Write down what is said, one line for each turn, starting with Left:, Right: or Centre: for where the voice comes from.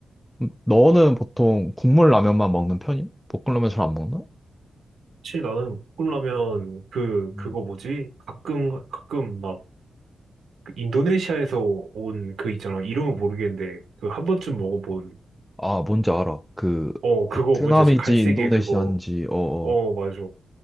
Centre: 음, 너는 보통 국물 라면만 먹는 편이야? 볶음라면 잘 안 먹나?
Right: 사실 나는 볶음라면 그,
Centre: 음.
Right: 그거 뭐지? 가끔, 가끔 막 그 인도네시아에서 온 그 있잖아. 이름은 모르겠는데, 그 한 번쯤 먹어본,
Centre: 아, 뭔지 알아. 그
Right: 어, 그거
Centre: 베트남이지
Right: 뭔지 알지? 갈색의
Centre: 인도네시아인지
Right: 그거.
Centre: 어어.
Right: 어, 맞아.